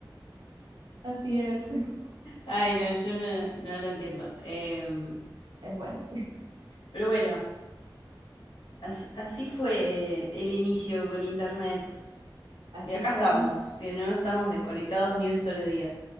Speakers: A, on the right; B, on the left.
A: Así es. <laughs>
B: Ay, no, yo no, no lo entiendo. Em,
A: Es bueno,
B: pero bueno, así, así fue eh, el inicio con internet.
A: así
B: Y acá
A: fueron,
B: estamos, que no estamos desconectados ni un solo día.